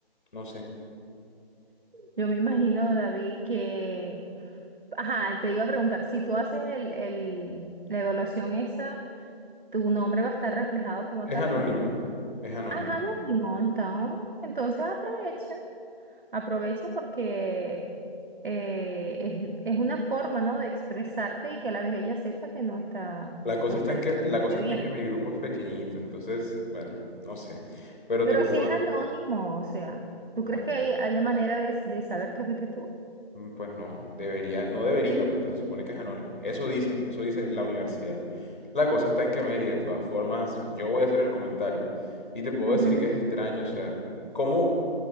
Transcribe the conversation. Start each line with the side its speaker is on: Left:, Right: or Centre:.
Left: No sé.
Right: Yo me imagino, David, que... Ajá, te iba a preguntar, si tú haces el, el- la evaluación esa, ¿tu nombre va a estar reflejado como
Left: Es
Right: tal?
Left: anónimo.
Right: que fuiste-
Left: Es anónimo.
Right: Ajá, anónimo, entonces, entonces aprovecha. Aprovecha porque eh, es, es una forma, ¿no? de expresarte y que a la vez ella sepa que no está,
Left: La cosa
Right: no está
Left: está en
Right: totalmente
Left: que, la cosa está
Right: bien.
Left: en que mi grupo es pequeñito, entonces, bueno, no sé. Pero
Right: Pero
Left: te puedo,
Right: si es anónimo, o sea, ¿tú
Left: bueno,
Right: crees que hay, haya manera de, de saber que fuiste tú?
Left: Mm, Pues no, debería, no debería, porque se supone que es anónimo. Eso dice, eso dice la universidad. La cosa está en que Mary, de todas formas, yo voy a hacer el comentario. Y te puedo
Right: Ujú.
Left: decir que es extraño, o sea, cómo